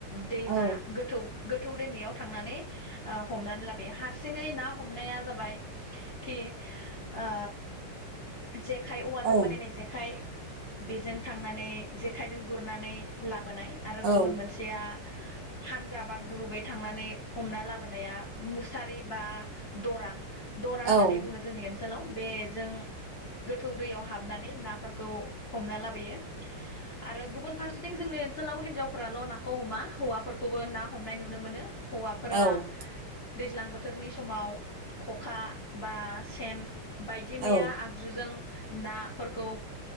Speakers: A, on the left (about 85°); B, on the right (about 65°).
A: दैमा
B: औ
A: गोथौ गोथौ दैमायाव थांनानै ओ हमनानै लाबोयो हारसिङै ना हमनाया जाबाय खि ओ जेखाइ औवाजों
B: औ
A: बानायनाय जेखाइ बेजों थांनानै जेखाइजों गुरनानै लाब बोनाय आरो
B: औ
A: गुबुन मोनसेया हानजा बा ग्रुबै थांनानै हमना लाबोनाया मुसारि बा द'रा द'रा
B: औ
A: होननानै बुङो जोंनि ओनस सोलाव बेजों गोथौ दैयाव हाबनानै नाफोरखौ हमना लाबोयो आरो गुबुन फारसेथिं जोंनि ओनसोलाव हिनजावफोराल' नाखौ हमा हौवाफोरखौबो ना हमनाय नुनो मोनो । हौवाफोरा
B: औ
A: दैज्लां बोथोरनि समाव ख'खा बा सेन बायदि
B: औ
A: मैया आगजुजों नाफोरखौ